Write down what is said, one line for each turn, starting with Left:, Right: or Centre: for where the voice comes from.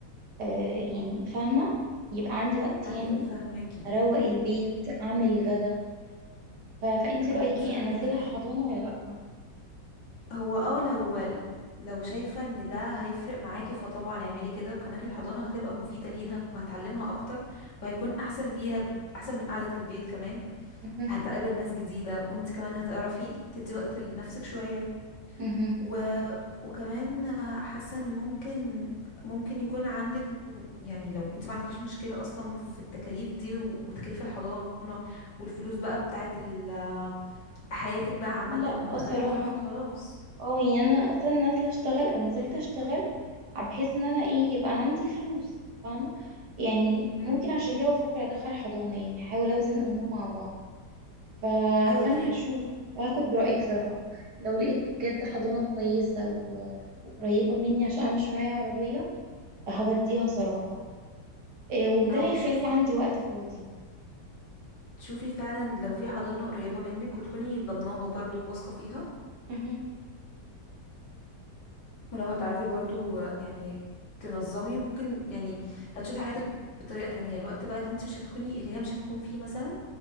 Right: آه يعني فاهمة يبقى عندي وقت
Left: ايوه
Right: يعني
Left: فاهماكي
Right: اروق البيت اعمل الغدا ف... فانتي رايك
Left: أم- فاهماكي
Right: ايه انزلها
Left: ايوه
Right: حضانه ولا لا
Left: هو اه لو لو شايفة ان ده هيفرق معاكي فطبعا اعملي كده وكمان الحضانة هتبقى مفيدة ليها وهتعلمها اكتر وهيكون احسن ليها ب- احسن من قعدة البيت كمان
Right: مهم.
Left: هتقابل ناس جديدة وانت كمان هتعرفي تدي وقت لنفسك شوية
Right: مهم.
Left: و... وكمان حاسه ان ممكن ممكن يكون عندك يعني لو انت ما عندكيش مشكله اصلا في التكاليف دي و- وتكاليف الحضانه والفلوس بقى بتاعت ال... حياتك بقى عامه
Right: لا
Left: لما
Right: آه،
Left: تدخلي
Right: صراحه
Left: حضانه فخلاص
Right: اه يعني انا اصلا نازله اشتغل او نزلت اشتغل بحيث ان انا ايه يبقى عندي فلوس فاهمه يعني
Left: امم
Right: ممكن عشان كده بفكر ادخل حضانه يعني احاول اوزن الامور مع بعض ف...
Left: ايوه
Right: فانا
Left: دي
Right: هشوف هاخد برايك صراحه لو لقيت بجد حضانه كويسه و... وقريبه مني عشان انا مش معايا عربيه هوديها صراحه إيه، وده
Left: او
Right: هيخلي
Left: شوف
Right: عندي وقت فاضي
Left: شوفي فعلا لو في حضانه قريبه منك وتكوني ضمناها برضو واثقه فيها
Right: مهم.
Left: ما لو هتعرفي برضو آه، يعني تنظمي ممكن يعني هتشوفي حياتك بطريقة تانية الوقت بقى اللي انت مش هتكوني اللي هي مش هتكون فيه مثلا